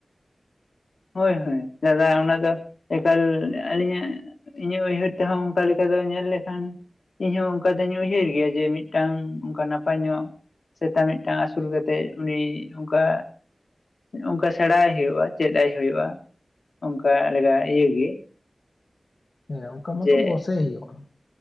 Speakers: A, on the left; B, on the left.
A: ᱦᱳᱭ ᱦᱳᱭ ᱫᱟᱫᱟ ᱚᱱᱟ ᱫᱚ ᱮᱠᱟᱞ ᱟᱹᱞᱤᱧᱟᱜ ᱤᱧᱟᱹᱜ ᱩᱭᱦᱟᱹᱨ ᱛᱮᱦᱚᱸ ᱚᱱᱠᱟ ᱞᱮᱠᱟ ᱫᱚ ᱧᱮᱞ ᱞᱮᱠᱷᱟᱱ ᱤᱧᱦᱚᱸ ᱚᱱᱠᱟ ᱫᱚᱧ ᱩᱭᱦᱟᱹᱨ ᱜᱮᱭᱟ ᱡᱮ ᱢᱤᱜᱴᱟᱝ ᱚᱱᱠᱟ ᱱᱟᱯᱟᱭ ᱧᱚᱜ ᱥᱮᱛᱟ ᱢᱤᱜᱴᱟᱝ ᱟᱹᱥᱩᱞ ᱠᱟᱛᱮᱜ ᱩᱱᱤ ᱱᱚᱝᱠᱟ ᱚᱱᱠᱟ ᱥᱮᱬᱟᱭ ᱦᱩᱭᱩᱜ-ᱟ ᱪᱮᱫ ᱟᱭ ᱦᱩᱭᱩᱜ-ᱟ ᱚᱱᱠᱟ ᱞᱮᱠᱟ ᱤᱭᱮ ᱜᱮ᱾
B: ᱦᱮᱸ ᱚᱱᱠᱟ ᱢᱟᱛᱚ
A: ᱡᱮ
B: ᱵᱚᱥᱮ ᱦᱩᱭᱩᱜᱼᱟ᱾